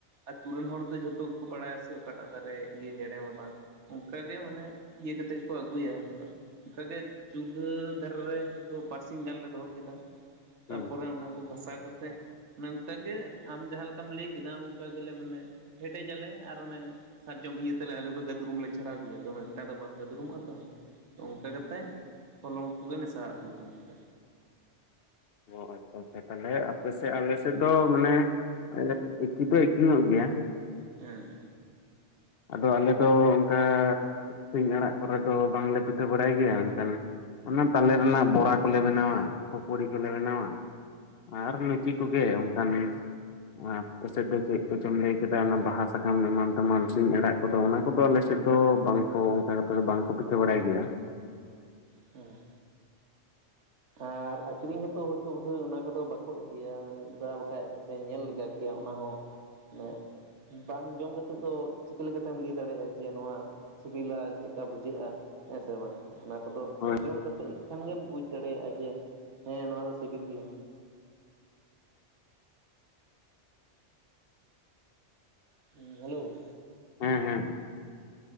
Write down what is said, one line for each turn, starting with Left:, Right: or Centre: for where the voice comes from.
Right: ᱟᱛᱩ ᱨᱮᱱ ᱦᱚᱲ ᱫᱚ ᱡᱷᱚᱛᱚ ᱜᱮᱠᱚ ᱵᱟᱲᱟᱭᱟ ᱥᱮ ᱚᱠᱟᱴᱟᱜ ᱫᱟᱨᱮ ᱤᱭᱟᱹ ᱦᱮᱲᱮᱢᱟ ᱵᱟᱝ᱾ ᱚᱱᱠᱟᱜᱮ ᱢᱟᱱᱮ ᱤᱭᱟᱹ ᱠᱟᱛᱮᱜ ᱜᱮᱠᱚ ᱟᱹᱜᱩᱭᱟ ᱟᱫᱚ ᱚᱱᱠᱟᱜᱮ ᱪᱩᱞᱦᱟᱹ ᱫᱷᱟᱨᱮ ᱨᱮ ᱦᱚᱭᱛᱚ ᱵᱟᱨᱥᱤᱧ ᱜᱟᱱ ᱞᱮ ᱫᱚᱦᱚ ᱠᱮᱫᱟ᱾
Left: ᱦᱩᱸ
Right: ᱛᱟᱯᱚᱨᱮ ᱚᱱᱟ ᱠᱚ ᱜᱷᱟᱥᱟᱣ ᱠᱟᱛᱮᱫ ᱢᱟᱱᱮ ᱚᱝᱠᱟᱜᱮ ᱟᱢ ᱡᱟᱦᱟᱸ ᱞᱮᱠᱟᱢ ᱞᱟᱹᱭ ᱠᱮᱫᱟ ᱚᱱ ᱚᱱᱠᱟ ᱜᱮᱞᱮ ᱢᱟᱱᱮ ᱦᱮᱰᱮᱡᱟᱞᱮ ᱟᱨ ᱚᱱᱮ ᱥᱟᱨᱡᱚᱢ ᱤᱭᱟᱹ ᱛᱮᱞᱮ ᱟᱞᱮ ᱫᱚ ᱜᱟᱫᱽᱨᱩᱢ ᱫᱚᱞᱮ ᱪᱷᱟᱲᱟᱣ ᱜᱮᱭᱟ᱾ ᱫᱚᱢᱮ ᱮᱠᱴᱟ ᱫᱚ ᱵᱟᱝ ᱜᱟᱹᱫᱨᱩᱢᱚᱜ ᱟ ᱛᱚ᱾ ᱛᱚ ᱚᱱᱠᱟ ᱠᱟᱛᱮᱜ ᱦᱚᱞᱚᱝ ᱠᱚᱜᱮ ᱢᱮᱥᱟᱣᱟᱜ ᱦᱩᱭᱩᱜᱼᱟ ᱱᱚᱸᱰᱮ᱾
Left: ᱚ ᱟᱪᱪᱷᱟ ᱛᱟᱦᱞᱮ ᱟᱯᱮᱥᱮᱫ ᱟᱞᱮᱥᱮᱫ ᱫᱚ ᱢᱟᱱᱮ <unintelligible> ᱮᱠᱤᱭ ᱫᱚ ᱮᱠᱤᱭ ᱧᱚᱜ ᱜᱮᱭᱟ᱾
Right: ᱦᱮᱸ᱾
Left: ᱟᱫᱚ ᱟᱞᱮ ᱫᱚ ᱚᱱᱠᱟ ᱥᱤᱧ ᱟᱲᱟᱜ ᱠᱚᱨᱮ ᱫᱚ ᱵᱟᱝᱞᱮ ᱯᱤᱴᱷᱟᱹ ᱵᱟᱲᱟᱭ ᱜᱮᱭᱟ ᱢᱮᱱᱠᱷᱟᱱ ᱚᱱᱟ ᱛᱟᱞᱮ ᱨᱮᱱᱟᱜ ᱵᱚᱲᱟ ᱠᱚᱞᱮ ᱵᱮᱱᱟᱣᱟ᱾ ᱯᱚᱠᱚᱲᱤ ᱠᱚᱞᱮ ᱵᱮᱱᱟᱣᱟ᱾ ᱟᱨ ᱞᱩᱪᱤ
Right: ᱦᱮᱸ
Left: ᱠᱚᱜᱮ ᱚᱱᱠᱟᱱ᱾ ᱟᱯᱮᱥᱮᱫ ᱫᱚ ᱪᱮᱫ ᱠᱚᱪᱚᱢ ᱞᱟᱹᱭ ᱠᱮᱫᱟ ᱚᱱᱟ ᱵᱟᱦᱟ ᱥᱟᱠᱟᱢ ᱮᱢᱟᱱ ᱛᱮᱢᱟᱱ, ᱥᱤᱧ ᱟᱲᱟᱜ ᱠᱚᱫᱚ ᱚᱱᱟ ᱠᱚᱫᱚ ᱟᱞᱮᱥᱮᱫ ᱫᱚ ᱵᱟᱝᱠᱚ ᱚᱱᱠᱟ ᱠᱟᱛᱮᱫ ᱫᱚ ᱵᱟᱝᱠᱚ ᱯᱤᱴᱷᱟᱹ ᱵᱟᱲᱟᱭ ᱜᱮᱭᱟ᱾
Right: ᱦᱮᱸ, ᱟᱨ ᱟᱠᱷᱨᱤᱧ ᱦᱚᱸᱛᱚ ᱦᱳᱭᱛᱳ ᱵᱳᱫᱷᱚᱭ ᱚᱱᱟ ᱠᱚᱫᱚ ᱵᱟᱠᱚ ᱤᱫᱤᱭᱟ ᱢᱤᱫ ᱫᱷᱟᱣ ᱵᱟᱠᱷᱟᱡ ᱯᱮ ᱧᱮᱞ ᱞᱮᱜᱟ ᱠᱮᱭᱟ ᱚᱱᱟ ᱦᱚᱸ ᱢᱟᱱᱮ, ᱵᱟᱝ ᱡᱚᱢ ᱠᱟᱛᱮᱜ ᱫᱚ ᱪᱤᱠᱟᱹ ᱞᱮᱠᱟᱛᱮᱢ ᱞᱟᱹᱭ ᱫᱟᱲᱮᱭᱟᱜ-ᱟ᱾ ᱡᱮ ᱱᱚᱣᱟ ᱥᱤᱵᱤᱞᱟ ᱪᱮᱫᱠᱟ ᱵᱩᱡᱷᱟᱹᱜ-ᱟ᱾ ᱦᱮᱸ ᱥᱮ ᱵᱟᱝ ᱚᱱᱟ ᱠᱚᱫᱚ
Left: ᱦᱳᱭ
Right: ᱡᱚᱢ ᱠᱟᱛᱮᱜ ᱠᱷᱟᱱ ᱜᱮᱢ ᱵᱩᱡᱽ ᱫᱟᱲᱮᱭᱟᱜ-ᱟ ᱡᱮ ᱦᱮᱸ ᱱᱚᱣᱟ ᱫᱚ ᱥᱤᱵᱤᱞ ᱜᱮᱭᱟ᱾ ᱦᱮᱞᱳ,
Left: ᱦᱮᱸ ᱦᱮᱸ,